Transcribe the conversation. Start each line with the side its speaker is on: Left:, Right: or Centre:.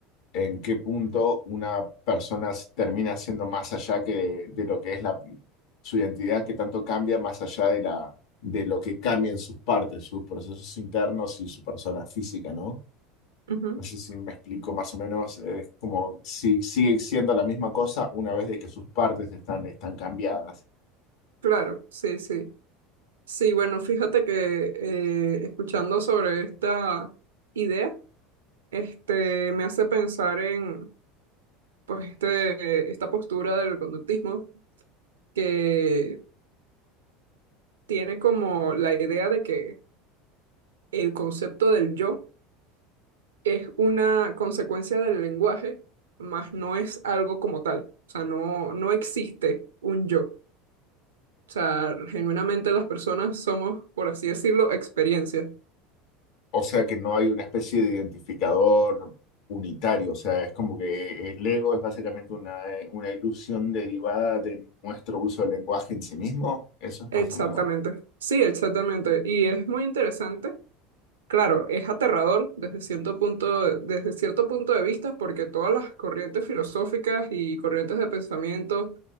Left: en qué punto una persona s- termina siendo más allá que de, lo que es la, su identidad, que tanto cambia más allá de la, de lo que cambian sus partes, sus procesos internos y su persona física, ¿no?
Right: Ujú,
Left: No sé si me explico más o menos, es como si sigue siendo la misma cosa una vez de que sus partes están, están cambiadas.
Right: Claro, sí, sí. Sí, bueno, fíjate que eh, escuchando sobre esta idea, este, me hace pensar en, pues, este, esta postura del conductismo que tiene como la idea de que el concepto del yo es una consecuencia del lenguaje, más no es algo como tal. O sea, no, no existe un yo. O sea, genuinamente las personas somos, por así decirlo, experiencia.
Left: O sea que no hay una especie de identificador unitario, o sea, es como que el ego es básicamente una, eh, una ilusión derivada de nuestro uso del lenguaje en sí mismo, eso es más
Right: Exactamente.
Left: o menos.
Right: Sí, exactamente. Y es muy interesante Claro, es aterrador desde cierto punto, desde cierto punto de vista, porque todas las corrientes filosóficas y corrientes de pensamiento,